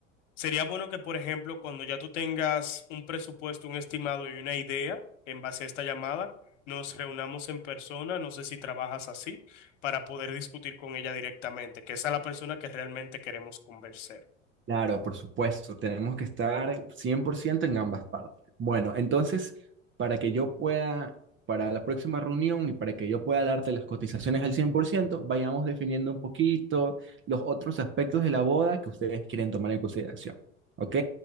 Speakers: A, on the left (about 65°); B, on the right (about 30°).
A: Sería bueno que, por ejemplo, cuando ya tú tengas un presupuesto, un estimado y una idea en base a esta llamada, nos reunamos en persona, no sé si trabajas así, para poder discutir con ella directamente, que esa es la persona que realmente queremos convencer.
B: Claro, por supuesto, tenemos que estar 100% en ambas partes. Bueno, entonces, para que yo pueda, para la próxima reunión y para que yo pueda darte las cotizaciones al 100%, vayamos definiendo un poquito los otros aspectos de la boda que ustedes quieren tomar en consideración. ¿Ok?